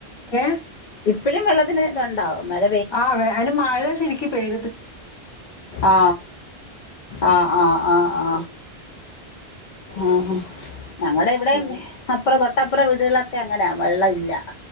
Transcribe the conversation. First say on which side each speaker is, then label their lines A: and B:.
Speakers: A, on the left; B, on the left.
A: ഏ
B: ഇപ്പഴും വെള്ളത്തിന് ഇതുണ്ടോ മഴ
A: ആ അയ്ന് മഴ ശരിക്ക് പെയ്
B: ആ ആ ആ ആ ആ ആഹാ ഞങ്ങടെ ഇവിടേം
A: ഉം
B: അപ്പുറ തൊട്ട ട്ടപ്ര വീടുകളൊക്കെ അങ്ങനാ വെള്ളം ഇല്ല.